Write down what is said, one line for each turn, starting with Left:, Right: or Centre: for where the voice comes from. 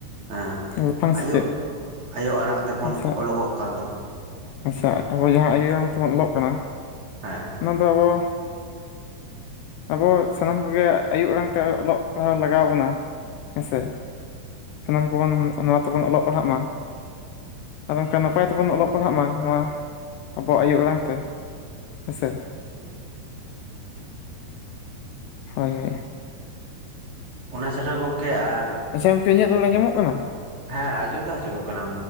Right: ᱦᱸ
Left: ᱞᱟᱯᱷᱟᱝ
Right: ᱟᱭᱳ
Left: ᱥᱮᱪᱮᱫ
Right: ᱟᱭᱳ ᱟᱲᱟᱝ ᱛᱮᱵᱚᱱ
Left: ᱟᱪᱪᱷᱟ,
Right: ᱚᱞᱚᱜᱚᱜ ᱠᱟᱱ ᱫᱚ
Left: ᱟᱪᱪᱷᱟ ᱟᱵᱚ ᱡᱟᱦᱟᱸ ᱟᱭᱚᱟᱭᱟᱝ ᱛᱮᱵᱚᱱ ᱚᱞᱚᱜ ᱠᱟᱱᱟ
Right: ᱦᱮᱸ
Left: ᱚᱱᱟ ᱫᱚ ᱟᱵᱚ ᱟᱵᱚ ᱥᱟᱱᱟᱢ ᱠᱚᱜᱮ, ᱟᱭᱳ ᱟᱲᱟᱝ ᱛᱮ ᱚᱞᱚᱜ ᱯᱟᱲᱦᱟᱣ ᱞᱟᱜᱟᱣ ᱵᱚᱱᱟ᱾ ᱦᱮᱸ ᱥᱮ? ᱥᱟᱱᱟᱢ ᱠᱚᱵᱚᱱ ᱱᱚᱣᱟ ᱛᱮᱵᱚᱱ ᱚᱞᱚᱜ ᱯᱟᱲᱦᱟᱜ ᱢᱟ᱾ ᱟᱨ ᱚᱱᱠᱟ ᱱᱟᱯᱟᱭ ᱛᱮᱵᱚᱱ, ᱚᱞᱚᱜ ᱯᱟᱲᱦᱟᱜ ᱢᱟ, ᱱᱚᱣᱟ ᱟᱵᱚᱣᱟᱜ ᱟᱭᱳ ᱟᱲᱟᱝ ᱛᱮ᱾ ᱦᱮᱸ ᱥᱮ
Right: ᱦᱩᱸ
Left: ᱦᱳᱭ ᱦᱳᱭ
Right: ᱚᱱᱟ ᱪᱷᱟᱲᱟ ᱟᱨ
Left: ᱟᱪᱪᱷᱟ ᱜᱚᱝᱠᱮ ᱤᱧᱟᱹᱜ ᱨᱚᱲ ᱟᱸᱡᱚᱢᱚᱜ ᱠᱟᱱᱟ
Right: ᱦᱮᱸᱻᱻ ᱟᱸᱡᱚᱢ ᱫᱚ ᱟᱸᱡᱚᱢᱚᱜ ᱠᱟᱱᱟ